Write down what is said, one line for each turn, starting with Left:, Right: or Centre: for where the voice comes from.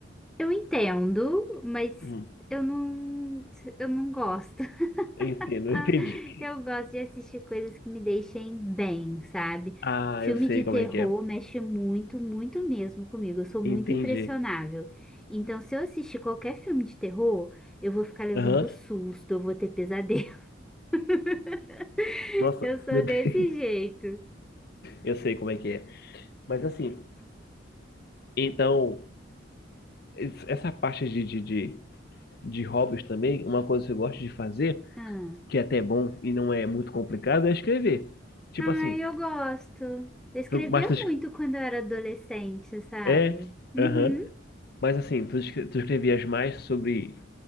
Centre: eu entendo, mas
Left: Hum.
Centre: eu não, eu não gosto. <laughs>
Left: Entendo,
Centre: <laughs> Ah,
Left: entendi.
Centre: eu gosto de assistir coisas que me deixem bem, sabe?
Left: Ah,
Centre: Filme
Left: eu sei
Centre: de terror
Left: como é que é.
Centre: mexe muito, muito mesmo comigo. Eu sou muito
Left: Entendi.
Centre: impressionável. Então, se eu assistir qualquer filme de terror, eu vou ficar levando
Left: Aham.
Centre: susto, eu vou ter pesadelo. <laughs>
Left: Nossa,
Centre: Eu sou
Left: meu Deus.
Centre: desse
Left: <laughs>
Centre: jeito.
Left: Eu sei como é que é. Mas assim, então, es- essa parte de, de, de, de hobbies também, uma coisa que eu gosto de fazer
Centre: Ah.
Left: que é até bom e não é muito complicado, é escrever. Tipo
Centre: Ai,
Left: assim,
Centre: eu gosto. Eu escrevia
Left: tu, mas tu, es-
Centre: muito quando eu era adolescente, sabe?
Left: é,
Centre: Uhum.
Left: aham, mas assim, tu, es- tu escrevias mais sobre